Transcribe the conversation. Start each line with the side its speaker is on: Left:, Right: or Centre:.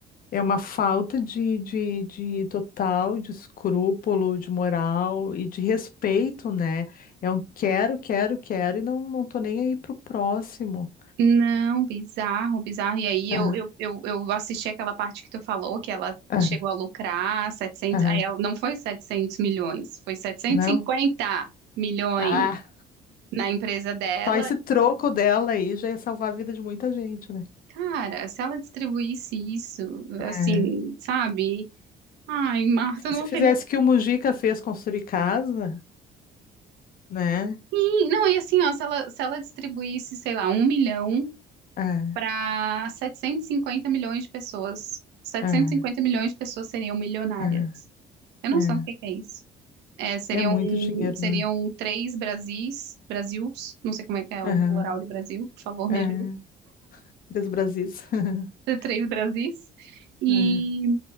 Left: é uma falta de, de, de total, de escrúpulo, de moral e de respeito, né? É um quero, quero, quero e não, não tô nem aí pro próximo.
Right: Não, bizarro, bizarro. E aí
Left: Tá.
Right: eu, eu, eu, eu assisti aquela parte que tu falou, que ela
Left: Aham,
Right: chegou a lucrar setecentos.
Left: aham.
Right: aí ela, não foi 700 milhões, foi setecentos
Left: Não.
Right: e cinquenta milhões.
Left: Ah,
Right: na empresa dela.
Left: só esse troco dela aí já ia salvar a vida de muita gente, né?
Right: Cara, se ela distribuísse isso,
Left: É.
Right: assim, sabe? Ai, Marta, não
Left: Se fizesse
Right: seria
Left: o que o Mujica fez construir casa, né?
Right: assim. Não, e assim, ó, se ela, se ela distribuísse, sei lá, um milhão
Left: É,
Right: para 750 milhões de pessoas, setecentos
Left: é,
Right: e cinquenta milhões de pessoas seriam milionárias.
Left: é,
Right: Eu não
Left: é.
Right: sei o que que é isso. É, seriam,
Left: É muito dinheiro,
Right: seriam
Left: né?
Right: três Brasis, Brasils, não sei como é que é o
Left: Aham,
Right: plural de Brasil, por favor,
Left: é.
Right: me ajude.
Left: Três Brasis. <laughs>
Right: Três Brasis. E
Left: É,